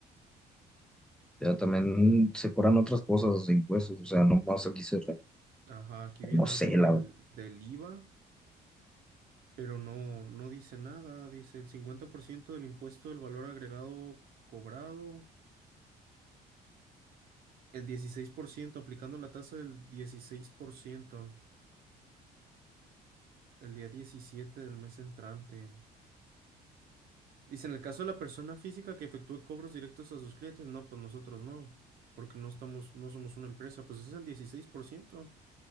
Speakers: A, in the centre; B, on the right.
A: pero también se cobran otras cosas, de impuestos, o sea, no más aquí se, re-
B: Ajá, aquí viene
A: no sé,
B: algo del,
A: la verdad.
B: del IVA. pero no, no dice nada. Dice el 50% del impuesto del valor agregado cobrado, el 16% aplicando la tasa del 16% el día 17 del mes entrante. Dice, en el caso de la persona física que efectúe cobros directos a sus clientes, no, pues nosotros no, porque no estamos, no somos una empresa, pues es el dieciséis por ciento